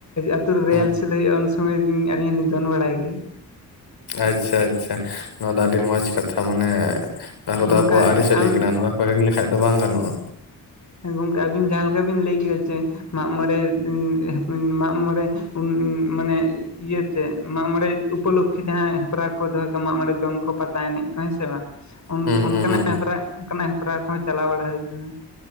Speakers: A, on the left; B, on the left.
A: ᱟᱹᱛᱩ ᱨᱮ ᱨᱤᱦᱟᱭᱟᱞᱥᱚᱞ
B: ᱦᱩᱸ
A: ᱦᱩᱭᱩᱜᱼᱟ ᱩᱱ ᱥᱚᱢᱚᱭ ᱩᱢ ᱟᱹᱞᱤᱧ ᱦᱚᱞᱤᱧ ᱫᱚᱱ ᱵᱟᱲᱟᱭ ᱜᱮᱭᱟ᱾
B: ᱟᱪᱪᱷᱟ ᱟᱪᱪᱷᱟ, ᱱᱚᱣᱟ ᱫᱚ ᱟᱹᱰᱤ ᱢᱚᱸᱡᱽ ᱠᱟᱛᱷᱟ ᱢᱟᱱᱮ᱾ ᱱᱚᱣᱟ ᱠᱚᱫᱚ
A: ᱱᱚᱝᱠᱟ
B: ᱟᱵᱚᱣᱟᱜ ᱟᱹᱨᱤᱪᱟᱹᱞᱤ
A: ᱟᱢ
B: ᱠᱟᱱᱟ ᱱᱚᱣᱟ ᱠᱚ ᱦᱤᱸᱲᱤᱝ ᱞᱮᱠᱷᱟᱡ ᱫᱚ ᱵᱟᱝ ᱜᱟᱱᱚᱜᱼᱟ᱾
A: ᱦᱮᱸ ᱜᱚᱝᱠᱮ ᱟᱹᱵᱤᱱ ᱡᱟᱦᱟᱸ ᱞᱮᱠᱟ ᱵᱤᱱ ᱞᱟᱹᱭ ᱠᱮᱭᱟ ᱡᱮ᱾ ᱢᱟᱜᱢᱚᱲᱮᱸ <unintelligible> ᱢᱟᱜᱢᱚᱚᱲᱮᱸ <unintelligible> ᱢᱟᱱᱮ ᱤᱭᱟᱹ ᱡᱮ ᱢᱟᱜ ᱢᱚᱬᱮᱸ ᱩᱯᱚᱞᱳᱠᱠᱷᱮ ᱡᱟᱦᱟᱸ ᱦᱮᱯᱨᱟᱣ ᱠᱚ ᱫᱚᱦᱚᱭ ᱢᱟᱜ ᱢᱚᱬᱮᱸ ᱫᱚᱱ ᱠᱚ ᱯᱟᱛᱟ ᱮᱱᱮᱡ ᱠᱚ ᱦᱮᱸ ᱥᱮ ᱵᱟᱝ? ᱚᱱ
B: ᱦᱩᱸ
A: ᱚᱱᱠᱟᱱᱟᱜ
B: ᱦᱩᱸ ᱦᱩᱸ
A: ᱦᱮᱯᱨᱟᱣ ᱠᱚᱦᱚᱸ ᱪᱟᱞᱟᱣ ᱵᱟᱲᱟ ᱦᱳᱣ ᱟᱠᱟᱱᱟ᱾